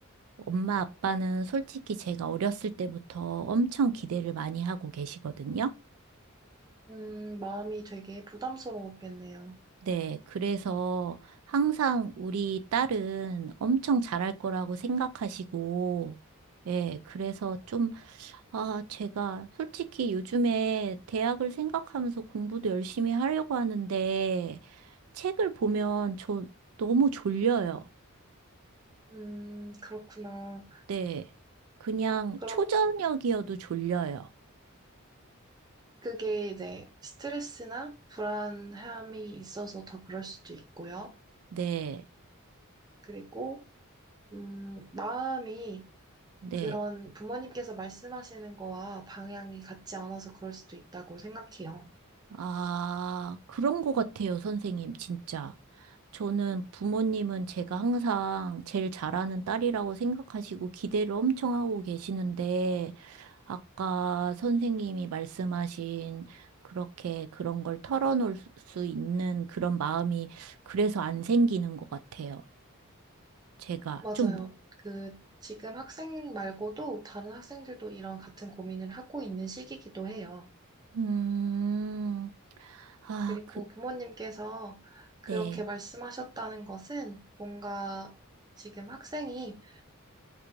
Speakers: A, on the right; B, on the right.
A: 엄마 아빠는 솔직히 제가 어렸을 때부터 엄청 기대를 많이 하고 계시거든요.
B: 음, 마음이 되게 부담스러웠겠네요.
A: 네, 그래서 항상 우리 딸은 엄청 잘할 거라고 생각하시고, 예, 그래서 좀 아, 제가 솔직히 요즘에 대학을 생각하면서 공부도 열심히 하려고 하는데 책을 보면 저 너무 졸려요.
B: 음, 그렇구나.
A: 네. 그냥
B: 그러면
A: 초저녁이어도 졸려요.
B: 그게 이제 스트레스나 불안함이 있어서 더 그럴 수도 있고요.
A: 네.
B: 그리고, 음, 마음이
A: 네.
B: 그런 부모님께서 말씀하시는 거와 방향이 같지 않아서 그럴 수도 있다고 생각해요.
A: 아, 그런 것 같아요, 선생님, 진짜. 저는 부모님은 제가 항상 제일 잘하는 딸이라고 생각하시고 기대를 엄청 하고 계시는데, 아까 선생님이 말씀하신 그렇게 그런 걸 털어놓을 수 수 있는 그런 마음이 그래서 안 생기는 것 같아요. 제가
B: 맞아요.
A: 좀,
B: 그, 지금 학생 말고도 다른 학생들도 이런 같은 고민을 하고 있는 시기이기도 해요.
A: 음, 아,
B: 그리고
A: 그,
B: 부모님께서 그렇게
A: 네,
B: 말씀하셨다는 것은 뭔가 지금 학생이,